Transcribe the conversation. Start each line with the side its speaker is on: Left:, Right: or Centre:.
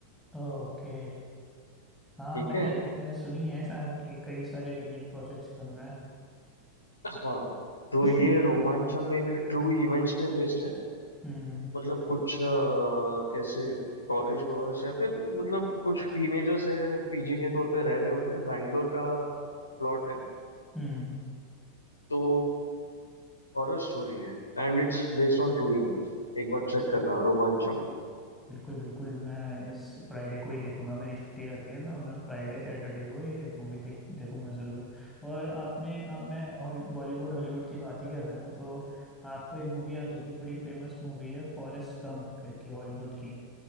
Centre: ओके हाँ
Left: ठीक
Centre: मैंने
Left: है
Centre: मैंने सुनी है शायद कि कई सारे रीमेक प्रोजेक्ट्स बन रहे हैं
Left: हाँ तो
Centre: कुछ
Left: ये रोमांचम एक ट्रू इवेंट्स पे बेस्ड है
Centre: हम्म
Left: मतलब कुछ अ, कैसे कॉलेज गोअर्स या फिर मतलब कुछ टीनेजर्स है पीजी के तौर पे रह रहे होते हैं बैंगलोर का प्लॉट है
Centre: हम्म
Left: तो हॉरर स्टोरी है and it's based on true events एक बार चेक करना रोमांचम
Centre: बिल्कुल बिल्कुल मैं इस फ्राइडे को ही देखूंगा मेरी छुट्टी रहती है तो मैं फ्राइडे सैटरडे को ये मूवी देख देखूंगा ज़रूर और आपने अब मैं हॉली- बॉलीवुड हॉलीवुड की बात ही कर रहे हैं तो आपको एक मूवी याद होगी बड़ी फेमस मूवी है फॉरेस्ट गंप करके हॉलीवुड की